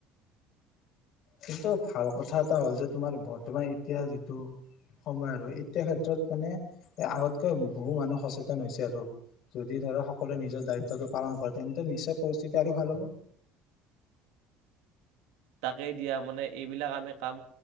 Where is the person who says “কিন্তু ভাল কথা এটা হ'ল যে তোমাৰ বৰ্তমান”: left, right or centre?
Left